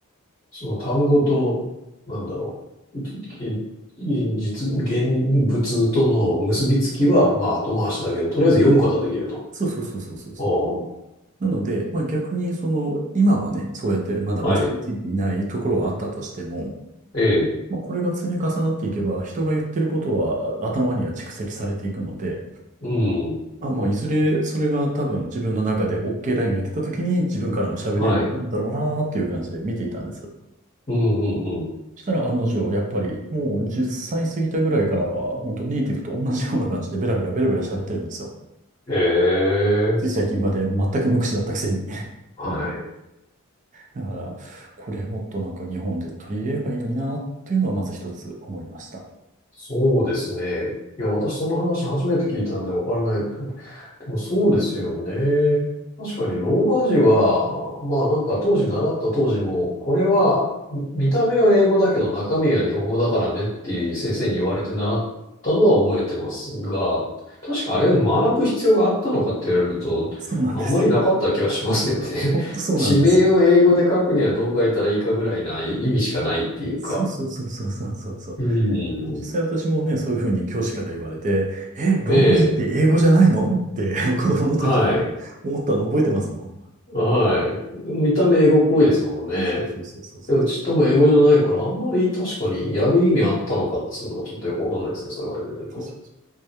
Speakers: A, on the left (about 35°); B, on the right (about 35°).
A: その単語と、なんだろう、現実、現物との結びつきは、まあ後回しだけど、とりあえず読むことはできると。
B: そうそうそうそうそう。
A: おー
B: なので、まあ、逆にその、今はね、そうやってまだ結びついていないところはあったとしても、
A: はい。ええ。
B: まあ、これが積み重なっていけば、人が言ってることは頭には蓄積されていくので、
A: うん。
B: あ、まあ、いずれそれが多分自分の中で OK ラインが出た時に自分からも喋れるようになるんだろうなっていう感じで見ていたんです。
A: はい。
B: そ
A: うん、うん、うん。
B: したら案の定、やっぱりもう10歳過ぎたぐらいからは、本当ネイティブと同じような感じでベラベラベラベラ喋ってるんですよ。
A: ええ。
B: つい最近まで全く無口だったくせに。
A: はい。
B: だから、これもっとなんか日本で取り入れればいいのになっていうのはまず一つ思いました。
A: そうですね。いや、私その話初めて聞いたんでわからない。でもそうですよね。確かにローマ字は、まあなんか当時習った当時も、これは見た目は英語だけど中身は日本語だからねっていう先生に言われて習ったのは覚えてますが、
B: <laughs>
A: 確かあれ学ぶ必要があったのかって言われると、
B: そうなんです
A: あんまりなかった気がしますけどね。
B: よ。<laughs>
A: <laughs>
B: ほんとそうなんですよ。
A: 地名を英語で書くにはどう書いたらいいかぐらいな意味しかないっていうか。
B: そうそうそうそうそうそうそう。
A: うん。
B: 実際私もね、そういうふうに教師から言われて、え、ローマ字って英語じゃないのって
A: ええ。
B: <laughs> 子供の時に
A: はい。
B: 思ったの覚えてますもん。
A: はい。見た目英語っぽいですもんね。
B: そうそうそうそうそう。
A: でもちっとも英語じゃないから、あんまり確かにやる意味あったのかっつうのはちょっとよくわかんないですね。それ言われてみると。
B: うんそうそう